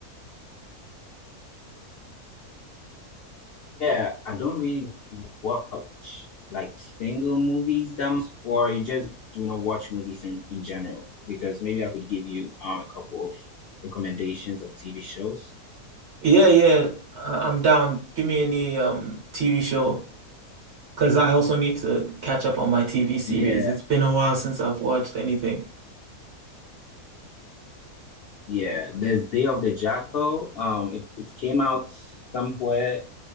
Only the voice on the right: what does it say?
Yeah, yeah, I- I'm down. Give me any um TV show. Because I also need to catch up on my TV series.
It's been a while since I've watched anything.